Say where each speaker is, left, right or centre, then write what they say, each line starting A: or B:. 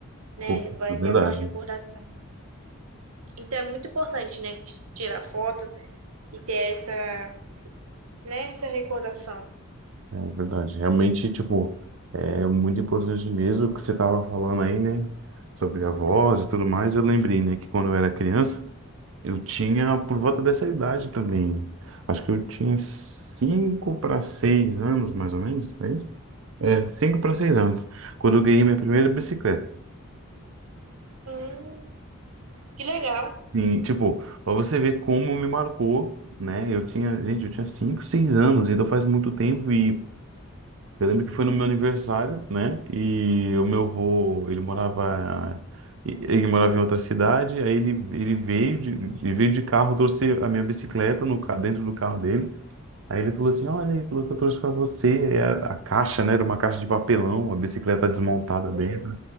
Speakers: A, on the right; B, on the right.
A: né,
B: Pô,
A: vai
B: é verdade.
A: ter aquela recordação. Então é muito importante, né, tirar foto e ter essa, né, essa recordação.
B: É verdade. Realmente, tipo, é muito importante mesmo o que você estava falando aí, né? Sobre a voz e tudo mais. Eu lembrei, né, que quando eu era criança, eu tinha por volta dessa idade também. Acho que eu tinha cinco para seis anos, mais ou menos, é isso? É, cinco para seis anos, quando eu ganhei minha primeira bicicleta.
A: Hum, que legal.
B: Sim, tipo, pra você ver como me marcou, né? Eu tinha, gente, eu tinha 5 6 anos, então faz muito tempo e eu lembro que foi no meu aniversário, né? E o meu avô, ele morava ele morava em outra cidade, aí ele, ele veio de, ele veio de carro, trouxe a minha bicicleta no, ca- dentro do carro dele. Aí ele falou assim: Olha aí, falou que eu trouxe pra você. Aí a, a caixa, né? Era uma caixa de papelão, a bicicleta desmontada
A: Sim.
B: dele.